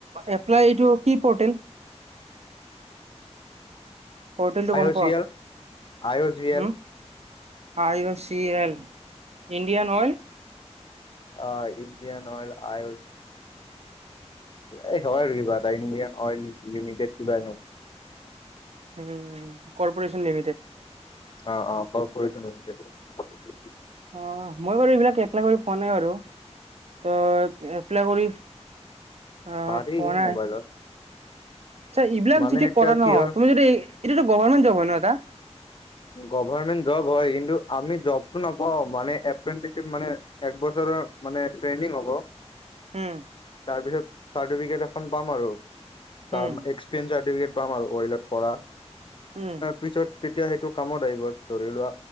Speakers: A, on the right; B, on the left.
A: এপ্লাই এইটো কি পৰ্টেল? পৰ্তেলটো
B: আই
A: গম
B: অ
A: পোৱা?
B: চি L I O C
A: উম!
B: L
A: আইি গল চি এন ইণ্ডিয়ান অইল।
B: অ ইণ্ডিয়ান অইল আই অ এই নহয় আৰু কিবা এ। ইণ্ডিয়ান অইল লিমিটেড কিবা।
A: উম কৰ্পৰেচন লিমিটেড।
B: অ অ কৰ্পেৰেচন লিমিটেড।
A: অ মই বাৰু এইবিলাক এপ্লাই কৰি পোৱা নাই বাৰু। ত' এপ্লাই কৰি আহ
B: পাৰি
A: পোৱা নাই।
B: মোবাইলত
A: আচ্ছা এইবিলাক
B: মানে
A: যিতি
B: এতিয়া
A: কৰা ন
B: কি হ'ল
A: তুমি যদি এইটোটো গভৰ্মেণ্ট জব হয় ন এটা?
B: গৱৰ্ণমেণ্ট জব হয় কিন্তু আমি জবটো নাপাও মানে এপ্ৰেন্টিচিপ মানে একবছৰ ৰ মানে ট্ৰেইনিং হব
A: উম,
B: তাৰপিছত চাৰ্টিফিকেট এখন পাম আৰু। তাৰ
A: উম,
B: এক্সপিৰিয়েঞ্চ চাৰ্টিফিকেট পাম আৰু অইলঅত কৰা
A: উম।
B: পিছত তেতিয়া সেই কামত আহিব ধৰি লোৱা